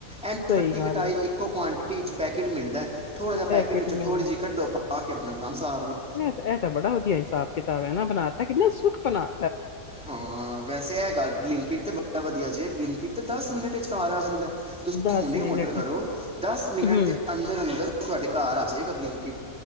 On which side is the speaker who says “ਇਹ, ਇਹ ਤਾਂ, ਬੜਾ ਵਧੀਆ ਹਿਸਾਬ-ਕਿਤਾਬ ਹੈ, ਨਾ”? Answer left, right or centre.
Left